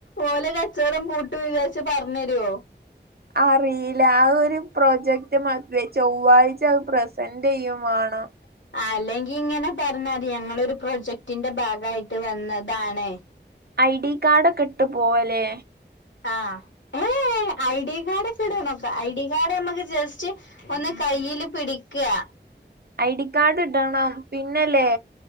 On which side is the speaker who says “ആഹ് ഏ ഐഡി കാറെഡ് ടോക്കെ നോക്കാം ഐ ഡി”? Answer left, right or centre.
Left